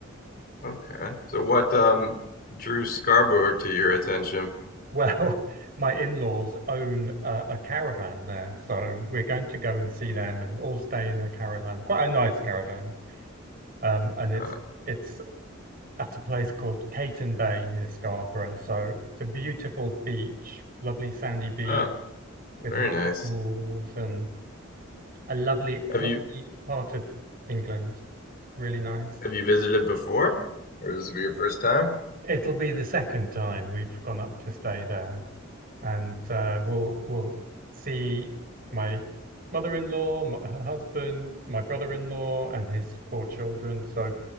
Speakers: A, on the left; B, on the right.
A: Okay. So what um drew Scarborough to your attention?
B: Well, <laughs> my in-laws own a, a caravan there, so we're going to go and see them and all stay in a caravan, quite a nice caravan. Um, and it's
A: Uh,
B: it's at a place called Caton Bay near Scarborough. So it's a beautiful beach, lovely sandy beach
A: oh,
B: with
A: very
B: rock
A: nice.
B: pools and a lovely,
A: Have
B: lovely
A: you
B: part of England. Really nice.
A: have you visited before? Or this will be your first time?
B: It'll be the second time we've gone up to stay there. and uh, we'll we'll see my mother-in-law, m her husband, my brother-in-law, and his four children. So